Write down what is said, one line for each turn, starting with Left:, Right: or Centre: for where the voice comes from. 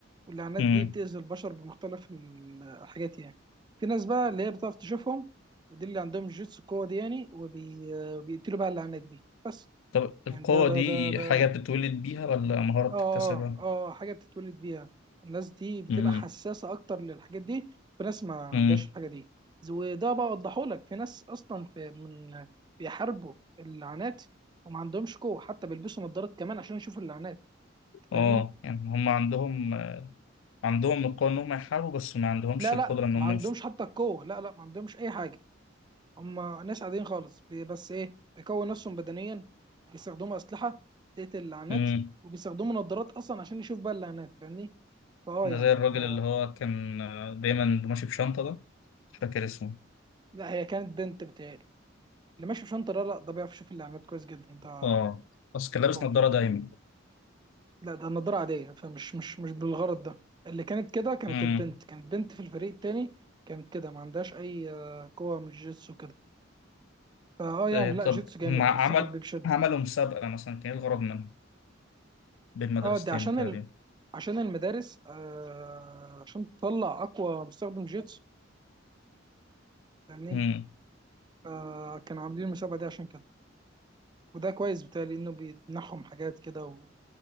Right: واللعنات
Left: امم
Right: دي بتأذي البشر بمختلف ال- الحاجات يعني في ناس بقى اللي هي بتعرف تشوفهم ودي اللي عندهم جوتسو القوة دي يعني وبيقتلوا بقى اللعنات دي بس
Left: طب القوه
Right: يعني ده ده
Left: دي
Right: ده ده
Left: حاجه بتتولد بيها ولا مهاره بتكتسبها
Right: اه اه حاجه بتتولد بيها الناس دي بتبقى
Left: امم
Right: حساسه اكتر للحاجات دي في ناس ما عندهاش
Left: امم
Right: الحاجه دي وده بقى اوضحه لك في ناس اصلا في من بيحاربوا اللعنات وما عندهمش قوه حتى بيلبسوا نظارات كمان عشان يشوفوا اللعنات أنت
Left: اه
Right: فاهمني
Left: يعني هم عندهم عندهم القوه ان هم يحاربوا بس ما عندهمش
Right: لا
Left: القدره
Right: لا
Left: ان
Right: ما
Left: هم
Right: عندهمش حتى القوه لا لا ما عندهمش اي حاجه هم ناس عاديين خالص بي- بس ايه بيكون نفسهم بدنيا بيستخدموا اسلحه بتقتل اللعنات
Left: يفوضوا
Right: وبيستخدموا نظارات اصلا عشان يشوف بقى اللعنات فاهمني فاه
Left: ده
Right: يعني
Left: زي الراجل
Right: ف
Left: اللي هو كان آه، دايما ماشي بشنطة ده مش فاكر اسمه
Right: لا هي كانت بنت بتهيألي اللي ماشي بشنطة لا لا ده بيعرف يشوف الإعلانات كويس جدا ده
Left: اه بس كان لابس
Right: قوي
Left: نظارة
Right: جدا
Left: دايما
Right: لا ده النضارة عادية فمش مش مش بالغرض ده اللي كانت كده كانت
Left: امم
Right: البنت كانت بنت في الفريق التاني كانت كده ما عندهاش أي آه، قوة من الجيتسو كده فأه يعني
Left: آه، طب
Right: لا جيتسو جامد
Left: هم عمل
Right: أنصحك بيه بشدة
Left: عملوا مسابقة مثلا كان ايه الغرض منها بين مدرستين
Right: أه دي عشان
Left: تقريبا
Right: ال... عشان المدارس آه... عشان تطلع أقوى مستخدم جيتسو فاهمني
Left: امم
Right: آه... كانوا عاملين المسابقة دي عشان كده وده كويس بتهيألي إنه بيمنحهم حاجات كده